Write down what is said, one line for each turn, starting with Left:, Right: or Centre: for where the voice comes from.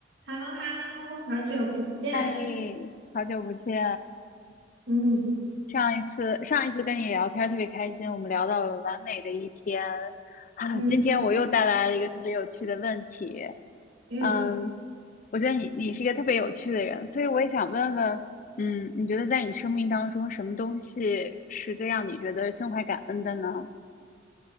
Right: h e l l o h e l l o 好久不见。
Left: 嗨，好久不见！
Right: 嗯
Left: 上一次上一次跟你聊天儿特别开心，我们聊到了完美的一天啊。
Right: 嗯
Left: 今天我又带来了一个特别有趣的问题，
Right: 嗯
Left: 嗯，我觉得你你是一个特别有趣的人，所以我也想问问，嗯，你觉得在你生命当中，什么东西是最让你觉得心怀感恩的呢？